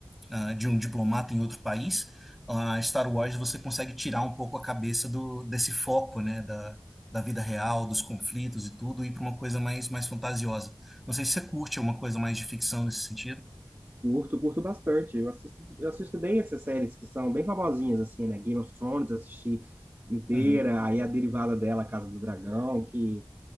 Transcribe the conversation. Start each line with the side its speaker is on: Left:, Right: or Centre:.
Centre: ah, de um diplomata em outro país, a Star Wars você consegue tirar um pouco a cabeça do, desse foco, né, da, da vida real, dos conflitos e tudo, e para uma coisa mais, mais fantasiosa. Não sei se você curte uma coisa mais de ficção nesse sentido.
Right: Curto, curto bastante. Eu assisto, eu assisto bem essas séries que são bem famosinhas, assim, né? Game of Thrones, assisti inteira,
Centre: Uhum.
Right: aí a derivada dela, Casa do Dragão, que